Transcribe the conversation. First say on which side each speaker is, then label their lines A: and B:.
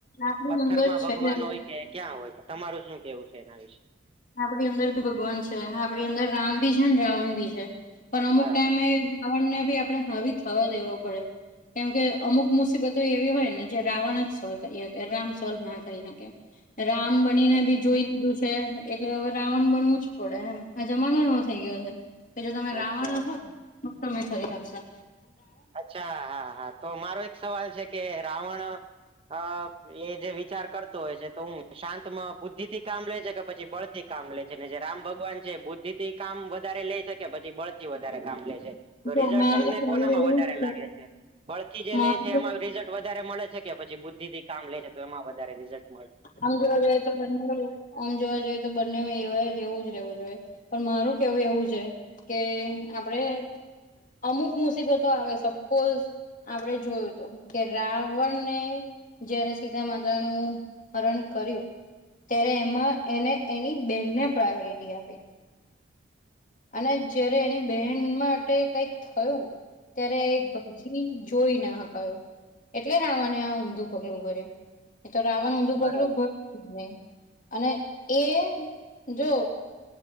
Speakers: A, on the left; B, on the right.
A: આપણી
B: પથ્થર
A: અંદર
B: માં
A: છે
B: ભગવાન હોય કે ક્યાં હોય તમારું શું કેવું છે એના વિશે
A: આપણી અંદર ભગવાન છે આપણી અંદર રામ ભી છે રાવણ બી છે પણ અમુક
B: બરાબર
A: ટાઈમે ણ ને ભી આપણે હાવી થવા દેવો પડે કેમ કે અમુક મુસીબતો એવી હોય ને જે રાવણ જ સોલ્વ કરી શકે રામ સોલ્વ ના કરી શકે રામ બનીને
B: અચ્છા
A: ભી જોઈ લીધું છે એટલે હવે રાવણ બનવું જ પડે એમ આ જમાનો એવો થઈ ગયો છે કે જો તમે રાવણ
B: અચ્છા
A: હશો
B: અચ્છા.
A: ને તમે ફરી હકશે
B: અચ્છા હા હા તો મારો એક સવાલ છે કે રાવણ હ એ જે વિચાર કરતો હોય છે તો હું શાંતમાં બુદ્ધિ થી કામ લે છે કે પછી બળ થી કામ લે છે ને જે રામ ભગવાન છે બુદ્ધ કામ વધારે લે છે કે પછી બળથી વધારે કામ લે શ તો
A: જો
B: રિઝલ્ટ
A: મારું
B: તમને
A: તો કહેવું
B: કોનામાં
A: એવું
B: વધારે
A: જ
B: લાગે છે બળ થી જે
A: મારું
B: લે છે
A: તો
B: એમાં રિઝલ્ટ વધારે મળે છે કે પછી બુદ્ધિ થી કામ લે છે. તો એમાં વધારે રીઝલ્ટ
A: હમુરવેતો બંગ આમ જોવા જોઈએ તો બંને એ એવું જ રહેવું જોઈએ પણ મારું કેવું એવું છે કે આપડે અમુક મુસીબતો આવે સપોઝ આપણે જોયું તોું કે રાવણને જયારે સીતા માતાનુંું હરણ કર્યું ત્યારે એમાં એને એની બેનને પ્રાયોરિટી આપી અને જયારે એની બહેન માટે કઈક થયું. ત્યારે એક ભાઈ જોઈ ના હકાયો. એટલે રાવણે આ ઊંધું પગલું ભર્યું એ તો રાવણ ઊંધું
B: બરાબર
A: પગલું ભર્યું. અને એ જો